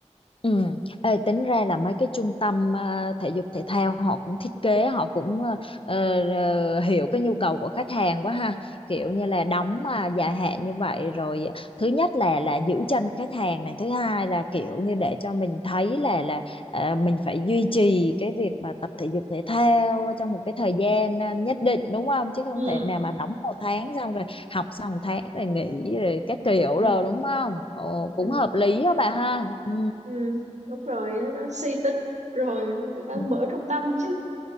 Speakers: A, on the left; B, on the right.
A: Ừ. Ê, tính ra là mấy cái trung tâm ờ, thể dục thể thao họ cũng thiết kế họ cũng ờ, ờ, ờ, hiểu cái nhu cầu của khách hàng quá ha kiểu như là đóng mà dài hạn như vậy rồi ờ, thứ nhất là là giữ chân khách hàng này thứ hai là kiểu như để cho mình thấy là là ờ, mình phải duy trì cái việc mà tập thể dục thể thao trong một cái thời gian ờ, nhất định đúng không chứ không
B: ừ
A: thể nào mà đóng một tháng xong rồi học xong một tháng rồi nghỉ rồi các kiểu
B: Ừ.
A: rồi đúng không Ồ,
B: Ừ.
A: cũng hợp lý đó bà ha ừ
B: ừ, đúng rồi nó suy tính rồi người ta
A: Ừ
B: mở trong tâm chứ